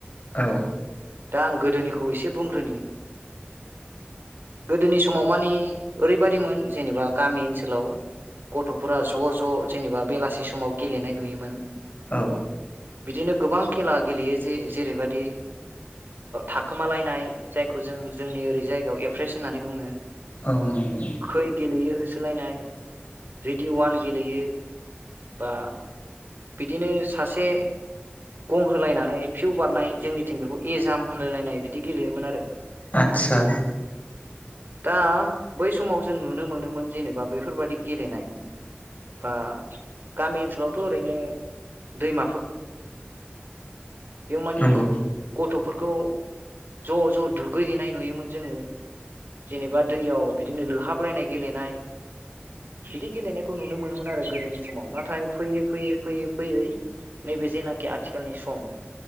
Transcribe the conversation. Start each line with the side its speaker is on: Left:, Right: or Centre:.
Left: औ
Right: दा आं गोदोनिखौ एसे बुंग्रोनि गोदोनि समाव मानिे ओरैबायाददिमोन जेनेबा गामि ओनसोलाव गथ'फोरा ज' ज' जेनेबा बेलासि समाव गेलेनाय नुयोमोन
Left: औ
Right: बिदिनो गोबां खेला गेलेयो जे जेरैबायदि थाखोमालायनाय जायखौ जों जोंनि ओरै जायगायाव एप्रेस होननानै बुङो
Left: औ नंगौ
Right: खै गेलेयो होसोलायनाय रेडिअ वान गेलेयो बा बिदिनो सासे गं होलायनानै फिउ बारनाय जोंनिथिं बेखौ एजाम होलायलायनाय बिदि गेलेयोमोन आरो
Left: आचसा
Right: दा बै समाव जों नुनो मोनोमोन जेनेबा बेफोरबादि गेलेनाय बा गामि ओनसोलावथ' ओैनोमायाव म
Left: नंगौ
Right: गथ खौ ज' ज' दुगैहैनाय नुयोमोन जोङो जेनेबा दैयाव बिदिनो लोहाबलायनाय गेलेनाय बिदि गेलेनायखौ नुनो मोनोमोन आरो गोदोनि समाव नाथाय फैयै फैयै फैयै फैयै नैबे जेनाखि आथिखालनि सम